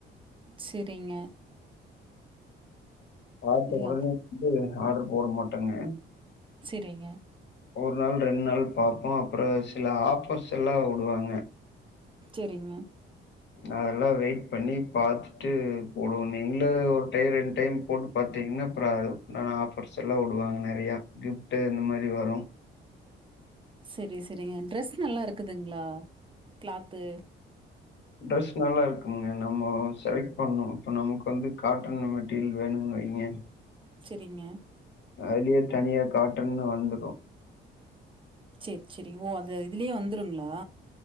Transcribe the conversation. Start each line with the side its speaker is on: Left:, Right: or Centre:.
Right: செரிங்க
Left: பாத்த உடனே
Right: அத்
Left: வந்து ஆர்டர் போட மாட்டாங்க
Right: சரிங்க,
Left: ஒரு நாள் ரெண்டு நாள் பாப்போம் அப்புறம் சில ஆஃபர்ஸ் எல்லாம் வுடுவாங்க
Right: செரிங்க
Left: அதெல்லாம் வெயிட் பண்ணி பாத்துட்டு போடுவோமே இல்ல ஒரு டைம் ரெண்டு டைம் போட்டு பாத்தீங்கன்னா அப்புறம் அதுக்குண்டான ஆஃபர்ஸ் எல்லாம் வுடுவாங்க நெறைய கிஃப்ட் இந்த மாரி வரும்
Right: செரி செரிங்க ட்ரெஸ் நல்லா இருக்குதுங்களா கிளாத்து
Left: ட்ரெஸ் நல்லா இருக்குங்க நம்ம செலக்ட் பண்ணும் இப்ப நமக்கு வந்து காட்டன் மெட்டீரியல் வேணும்னு வைங்க
Right: செரிங்க
Left: அதுலயே தனியா காட்டன்னு வந்துடும்
Right: செரி செரி ஓ அது இதுலயே வந்துருங்களா